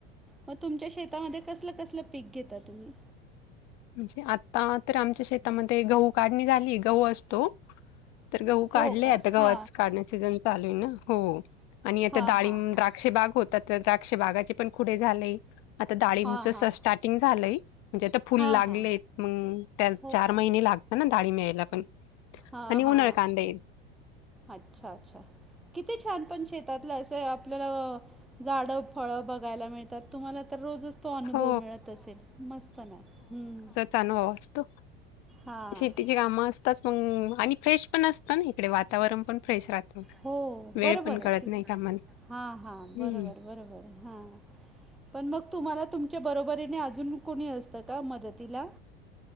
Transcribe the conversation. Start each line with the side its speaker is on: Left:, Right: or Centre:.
Centre: मग तुमच्या शेतामध्ये कसलं-कसलं पीक घेता तुम्ही?
Left: म्हणजे आता तर आमच्या शेतामध्ये गहू काढणी झाली गहू अस तो तर गहूं काढले
Centre: हो का
Left: आता गव्हाच
Centre: हां
Left: काढण्या सीजन चालू आहे ना हो. आणि आता
Centre: हां
Left: डाळींब
Centre: हां
Left: द्राक्ष
Centre: हां
Left: बाग होतात तर द्राक्ष बागाचे पण खुडे झाले. आता डाळींचं
Centre: हां हां
Left: स्टार्टिंग झालंय म्हणजे आता फू फुल
Centre: हां
Left: लागले
Centre: हां
Left: मंग त्या
Centre: हो
Left: चार
Centre: का
Left: महिने लागतं ना डाळींब येयला पण.
Centre: हा
Left: आणि उन्हाळ
Centre: हा
Left: कांदे
Centre: अच्छा-अच्छा किती छान पण शे तातलं असे आपल्याला झाडं, फळं बघायला मिळत्यात तुम्हाला तर रोजच तो अनुभव
Left: हो
Centre: मिळत असेल मस्त ना हम्म.
Left: चानवाव असतो
Centre: हां
Left: शेतीची कामं असतात मंग आणि फ्रेश पण असतं ना इकडे वातावरण पण फ्रेश राहतो
Centre: हो
Left: वेळ
Centre: बरोबर
Left: पण
Centre: आहे
Left: कळत
Centre: ती
Left: नाही कामाला.
Centre: हां हां
Left: हम्म.
Centre: बरोबर बरोबर आहे. हां पण मग तुम्हाला तुमच्या बरोबरीने अजून कोणी असतं का मदतीला?